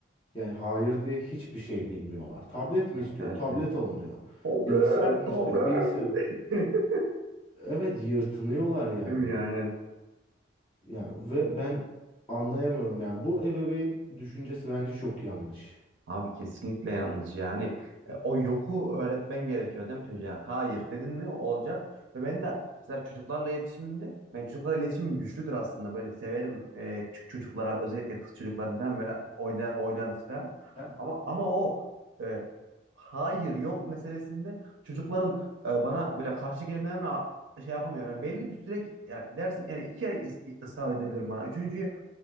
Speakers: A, on the left; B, on the right.
A: yani hayır diye hiçbir şey bilmiyorlar. Tablet mi
B: Evet
A: istiyor?
B: evet
A: Tablet
B: ya.
A: alınıyor.
B: Tablet,
A: Bilgisayar mı
B: tablet.
A: istiyor? Bilgisayar.
B: <laughs>
A: Evet yırtınıyorlar yani.
B: Değil mi ya aynen.
A: Yani ve ben anlayamıyorum yani bu ebeveyn düşüncesi bence çok yanlış.
B: Abi kesinlikle yanlış yani. E, O yoku öğretmen gerekiyor değil mi çocuğa? Hayır dedin mi olacak. Ve ben de mesela çocuklarla iletişimimde ben çocuklarla iletişimim güçlüdür aslında. Böyle severim e, küçük çocuklara özellikle kız çocuklarını falan böyle oynar, oynarız falan.
A: Ya,
B: Ama ama o e, hayır yok meselesinde çocukların e, bana böyle karşı kelimelerine a- şey yapamıyorum. Yani belli bir süre yani dersin yani iki kere is- ısrar edebilirim bana. Üçüncüyü